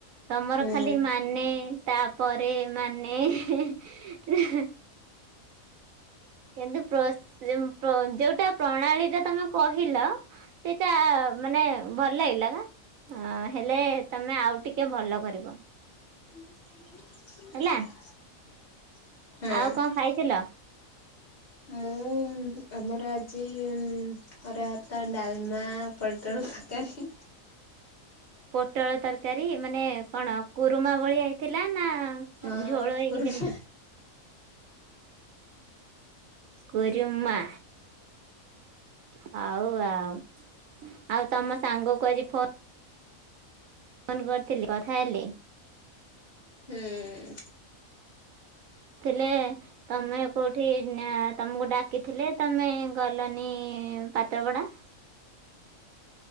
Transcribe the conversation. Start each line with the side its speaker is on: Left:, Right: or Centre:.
Right: ତମର
Left: ହୁଁ
Right: ଖାଲି ମାନେ ତାପରେ ମାନେ ହେଁ ହେଁ ଉଁ ହେଁଏ କିନ୍ତୁ ପ୍ରୋସ ପ୍ରୋ ଯୋଉଟା ପ୍ରଣାଳୀ ରେ ତମେ କହିଲ ସେଇଟା ମାନେ ଭଲ ଲାଗିଲା ନା? ହଁ ହେଲେ ତମେ ଆଉ ଟିକେ ଭଲ କରିବ।
Left: ହୁଁ।
Right: ହେଲା। ଆଉ କଣ ଖାଇଥିଲ?
Left: ମୁଁ ଆମର ଆଜି ଉଁ ଅରୁଆ ଭାତ ଡାଲମା ପୋଟଳ ତରକାରୀ।
Right: ପୋଟଳ ତରକାରୀ ମାନେ କଣ କୁରୁମା ଭଳିଆ ହେଇଥିଲା ନା
Left: ଆଉ
Right: ଝୋଳ ହେଇକି
Left: କୁରୁମା
Right: ଯେମିତି? କୁରୁମା। ହଉ ଆଉ, ଆଉ ତମ ସାଙ୍ଗକୁ ଆଜି ଫୋ ଫୋନ୍ କରିଥିଲି କଥା ହେଲି।
Left: ହୁଁଉଁ।
Right: କହିଲେ ତମେ କୋଉଠେ ତମକୁ ଡାକିଥିଲେ ତମେ ଗଲନି ଇ ପାତ୍ରପଡ଼ା?